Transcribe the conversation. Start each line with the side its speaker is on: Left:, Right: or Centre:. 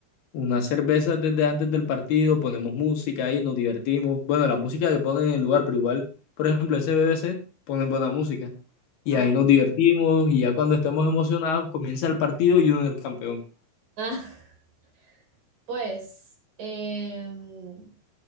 Left: unas cervezas desde antes del partido, ponemos música ahí, nos divertimos. Bueno, la música que ponen en el lugar, pero igual, por ejemplo, ese B B C ponen buena música. Y
Right: ajá.
Left: ahí
Right: <laughs>
Left: nos divertimos y ya cuando estemos emocionados comienza el partido y uno es el campeón.
Right: Ah, pues, em,